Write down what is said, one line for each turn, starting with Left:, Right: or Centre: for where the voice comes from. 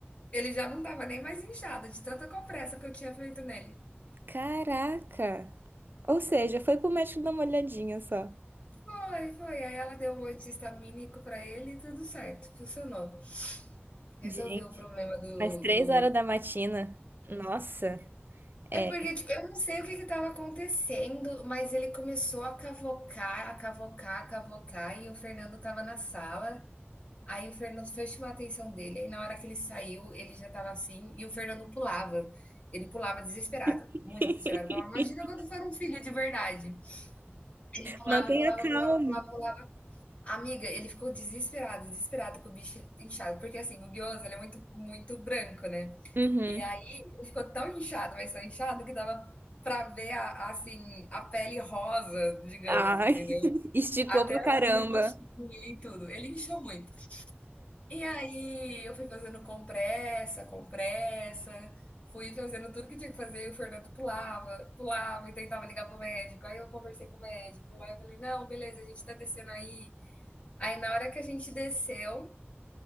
Left: ele já não tava nem mais inchado, de tanta compressa que eu tinha feito nele.
Right: Caraca! Ou seja, foi pro médico dar uma olhadinha só.
Left: Foi, foi. Aí ela deu um anti-histamínico para ele e tudo certo, funcionou.
Right: Gente,
Left: Resolveu o problema do,
Right: mas três
Left: do,
Right: horas da matina. Nossa, é.
Left: É porque, tipo, eu não sei o que que estava acontecendo, mas ele começou a cavocar, a cavocar, a cavocar, e o Fernando estava na sala. Aí o Fernando foi chamar a atenção dele, aí na hora que ele saiu, ele já estava assim, e o Fernando pulava. Ele pulava desesperado,
Right: <laughs>
Left: muito desesperado. Falava, imagina quando for um filho de verdade. Ele pulava,
Right: Mantenha
Left: pulava,
Right: calma.
Left: pulava, pulava, pulava. Amiga, ele ficou desesperado, desesperado com o bicho inchado, porque assim, o gyoza, ele é muito, muito branco, né?
Right: Uhum.
Left: E aí ele ficou tão inchado, mas tão inchado que dava pra ver a, assim, a pele rosa, digamos,
Right: Ai,
Left: entendeu?
Right: <laughs> esticou
Left: Até
Right: pra caramba.
Left: assim no rostinho e tudo. Ele inchou muito. E aí eu fui fazendo compressa, compressa, fui fazendo tudo que tinha que fazer, e o Fernando pulava, pulava e tentava ligar pro médico. Aí eu conversei com o médico, aí eu falei, não, beleza, a gente tá descendo aí. Aí na hora que a gente desceu